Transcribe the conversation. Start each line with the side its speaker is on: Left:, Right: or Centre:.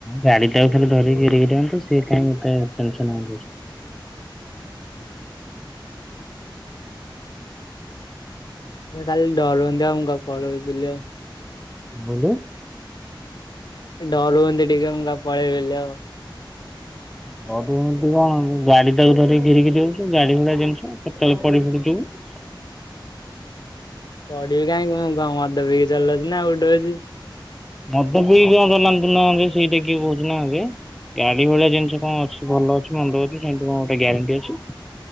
Centre: ଗାଡି ଟାକୁ ଖାଲି ଧରି ଗିରି ଗିରି ହୁଅନ୍ତୁ ସିଏ କାଇ ଏତେ ଟେନସନ
Left: କାଲି ଡରନ୍ତି ଆଉ ମୁ <unintelligible> ପଳେଇବି ବିଲି ଆଉ।
Centre: ବଇଲୁ।
Left: ଡରୁ ହୁଅନ୍ତି ଟିକେ ମୁଁ କାଳେ ପଳେଇବିଲି ଆଉ।
Centre: ବହୁତ ତୁ କଣ ଗାଡି ତାକୁ ଧରି ଘିରିିଘିରି ହଉଛୁ ଗାଡି ଗୁଡା ଜିନିଷ କେତେବେଳେ ପଡି ଫଡିଯିବୁ।
Left: ପଡିବି କାହିଁକି କଣ ମଦ ପିଇିକି ଚଲଉ ଚି ନା ଉଡଉଚି।
Centre: ମଦ ପି କଣ ଚଲାନ୍ତୁ ନା ସେଇଟା କିଏ କହୁଛି ନାଦେ ଗାଡି ଭଳିଆ ଜିନିଷ କଣ ଅଛି ଭଲ ଅଛି ମନ୍ଦ ଅଛି ସେମିତି କଣ ଗୋଟେ ଗ୍ୟାରେଣ୍ଟି ଅଛି।